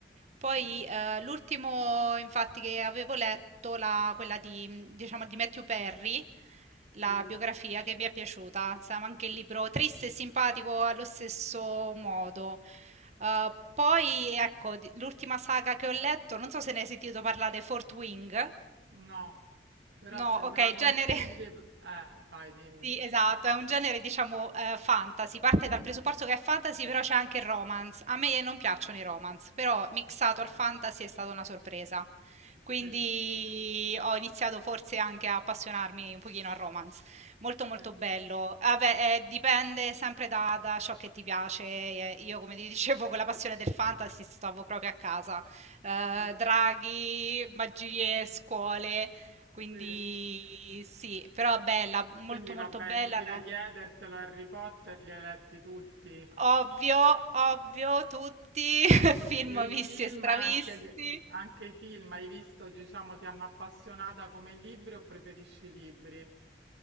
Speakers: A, on the right; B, on the right.
A: poi,
B: bellissimo.
A: ehm, l'ultimo infatti che avevo letto, la quella di mhmm, diciamo di Matthew Perry,
B: Sì.
A: la biografia che mi è piaciuta. Stava anche il libro triste e simpatico allo stesso modo. Uhm, poi ecco, di l'ultima saga che ho letto, non so se ne hai sentito parlare, Fourth Wing?
B: No, però
A: No,
B: se
A: okay,
B: me la
A: genere
B: consigli,
A: <laughs>
B: eh, vai, dimmi.
A: Sì, esatto, è un genere diciamo, ehm, fantasy, parte dal presupposto che è fantasy, però c'è anche il romance. A me non piacciono i romance, però mixato
B: Ok,
A: al fantasy è stata una sorpresa.
B: sì,
A: Quindi ho iniziato forse anche a appassionarmi un pochino al romance. Molto,
B: sì,
A: molto bello. Ah beh, ehm, dipende sempre da da ciò che ti piace. Ehm, io come ti <laughs> dicevo con la passione del fantasy stavo proprio a casa. Ehm,
B: sì,
A: draghi, magie, scuole, quindi
B: sì.
A: sì, però bella, molto
B: Quindi vabbè,
A: molto bella,
B: inutile
A: la-
B: chiedertelo, Harry Potter li hai letti tutti.
A: ovvio, ovvio, tutti, <laughs> film
B: E i
A: visti
B: film,
A: e stravisti.
B: anche, li- anche i film, hai visto, diciamo, ti hanno appassionata come i libri o preferisci i libri?